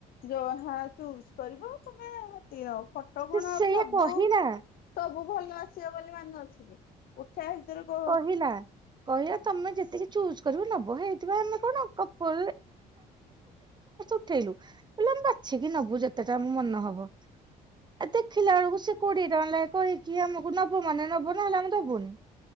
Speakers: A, on the left; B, on the right.
A: ଯାହା ଚୁଜ କରିବ ତମେ। <inaudible> ଫୋଟ
B: ସେ
A: କଣ
B: ସେଇଆ
A: ସବୁ
B: କହିଲା
A: ସବୁ ଭଲ ଆସିବ ବୋଲି ମାନେଅଛି କି? ଉଠେଇ ଭିତରେ କହ
B: ନା କହିଲ ତମେ ଯେତିକି ଚୁଜ କରିବ ନବ ହେଇଥିବା ଆମେ କଣ <inaudible> ସମସ୍ତଙ୍କୁ ଉଠେଇଲୁ ବୋଇଲେ ଆମେ ବାଛିକି ନବୁ ଯେତେଟା ଆମ ମନ ହବ। ଏ ଦେଖିଲା ବେଳକୁ ସେ କୋଡିଏ ଟଙ୍କା ଲାଗେ କହିକି ଆମକୁ ନବ ମାନେ ନେବ ନହେଲେ ଆମେ ଦବୁନି।